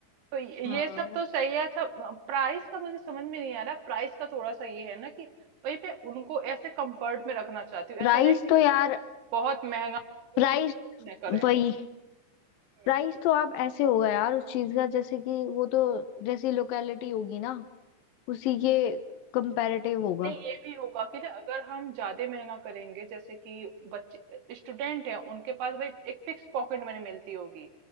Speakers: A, on the right (about 65°); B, on the left (about 80°).
A: तो ये
B: हाँ
A: ये सब तो सही है अच्छा प्राइस का मुझे समझ में नहीं आ रहा प्राइस का थोड़ा सा ये है ना कि भाई मैं उनको ऐसे कंफर्ट में रखना चाहती हूँ
B: प्राइस
A: ऐसा नहीं कि
B: तो
A: जैसे
B: यार
A: बहुत महंगा हो, क्योंकि
B: प्राइस
A: अफोर्ड न करें
B: वही
A: हम्म
B: प्राइस तो आप ऐसे होगा यार उस चीज का जैसे कि वो तो जैसी लोकेलिटी होगी ना उसी के कंपैरेटिव होगा
A: नहीं ये भी होगा कि ना अगर हम ज्यादा महंगा करेंगे जैसे कि बच्चे स्टूडेंट हैं उनके पास भाई एक फिक्स पॉकेट मनी मिलती होगी